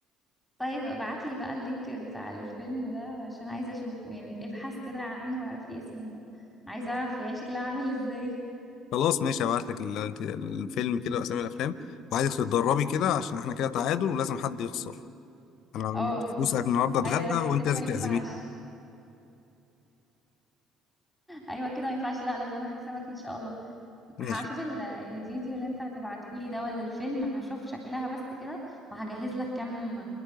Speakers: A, in the centre; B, on the left (about 60°).
A: طيب ابعتلي بقى اللينك بتاع الفيلم ده عشان عايزة اشوفه يعني ابحث كده عنه واعرفي اسمه عايزة اعرف يعني شكله عامل ازاي
B: خلاص ماشي هبعت لك ال- انت- الفيلم كده واسامي الافلام وعايزك تتدربي كده عشان احنا كده تعادل ولازم حد يخسر انا معيش
A: اه
B: فلوسك النهارده اتغدى
A: ايوه احنا
B: وانت
A: كده
B: لازم
A: ما ينفعش
B: تعزميني
A: ايوه كده ما ينفعش لا لازم انا هكسبك ان شاء الله
B: ماشي
A: هشوف ال- الفيديو اللي انت هتبعتهولي ده ولا الفيلم هشوف شكلها بس كده وهجهز لك كم